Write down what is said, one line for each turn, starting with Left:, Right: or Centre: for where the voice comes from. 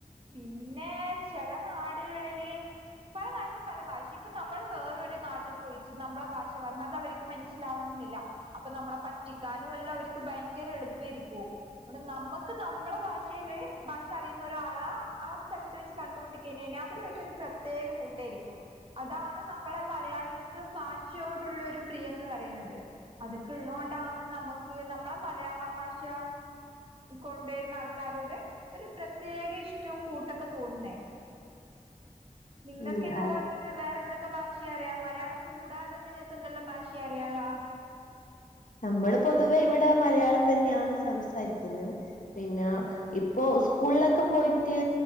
Right: പിന്നെ ചില നാടുകളില്. പല നാട്ടിൽ പല ഭാഷിം. ഇപ്പൊ നമ്മള് വേറൊരു നാട്ടിൽ പോയിച്ച് നമ്മളെ ഭാഷ പറഞ്ഞ അത് അവർ മനസ്സിലാവണെന്നില്ല. അപ്പൊ നമ്മളെ പറ്റിക്കാനും എല്ലാം അവർക്ക് ഭയങ്കര എളുപ്പരിക്കും. നമ്മുക്ക് നമ്മള ഭാഷൽ ഭാഷ അറിയുന്ന ഒരാളാ ആ സ്ഥലത്ത്. വെച്ച് കണ്ടുമുട്ടി കൈഞ്ഞ അവരു ആയിട്ട് ഒരു പ്രത്യേക കൂട്ടായിരിക്കും. അതാണ് നമ്മളെ മലയാളികൾക്ക് ഭാഷയോടുള്ള ഒരു പ്രിയംന്ന് പറയുന്നത് അതൊക്കെ ഉള്ളത് കൊണ്ടാന്ന് നമുക്ക് നമ്മളെ മലയാള ഭാഷ. കൊണ്ടുവരുന്ന ആൾക്കാരോട്. ഒരു പ്രത്യേക ഇഷ്ടവും കൂട്ടൊക്കെ തോന്നുന്നേ. <inaudible> നിങ്ങൾക്ക്
Left: ഉം
Right: ഇതുപോലെ വേറെ എന്തൊക്കെ ഭാഷ അറിയാം. മലയാളം കൂടാതെ നിങ്ങൾക്ക് എന്തെല്ലാം ഭാഷ. ക്ഷ്യ അറിയകാ
Left: നമ്മൾ പൊതുവേ ഇവിടെ മലയാളം തന്നെയാണ് സംസാരിക്കുന്നത്. പിന്നെ ഇപ്പോ സ്കൂളിലൊക്കെ പോയിട്ട്.